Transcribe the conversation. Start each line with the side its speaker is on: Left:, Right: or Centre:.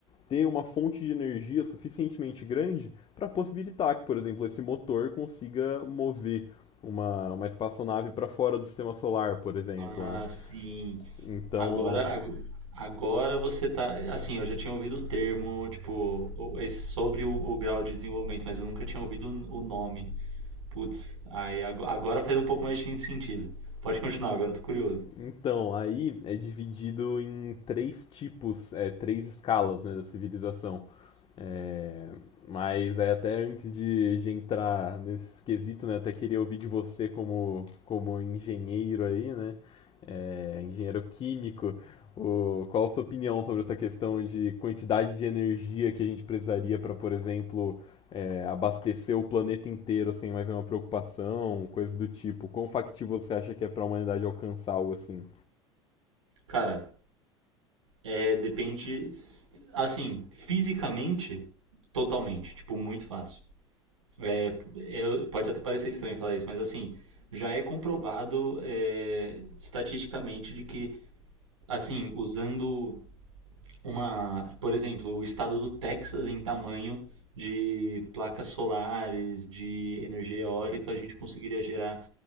Left: ter uma fonte de energia suficientemente grande para possibilitar que, por exemplo, esse motor consiga mover uma, uma espaçonave para fora do sistema solar, por exemplo,
Right: ah,
Left: né?
Right: sim.
Left: Então,
Right: Agora, ag- agora você tá. Assim, eu já tinha ouvido o termo, tipo, o- esse- sobre o, o grau de desenvolvimento, mas eu nunca tinha ouvido o, o nome. Putz, aí ago- agora faz um pouco mais de sentido. Pode continuar, agora eu tô curioso.
Left: Então, aí é dividido em três tipos, é, três escalas, né, da civilização. É, mas aí até antes de, de entrar nesse quesito, né, até queria ouvir de você como, como engenheiro aí, né, é, engenheiro químico, o, qual a sua opinião sobre essa questão de quantidade de energia que a gente precisaria para, por exemplo, é, abastecer o planeta inteiro sem mais nenhuma preocupação, coisa do tipo? Quão factível você acha que é para a humanidade alcançar algo assim?
Right: Cara, É, depende, assim, fisicamente, totalmente. Tipo, muito fácil. É, é, pode até parecer estranho falar isso, mas assim, já é comprovado é, estatisticamente de que, assim, usando uma, por exemplo, o estado do Texas em tamanho de placas solares, de energia eólica, a gente conseguiria gerar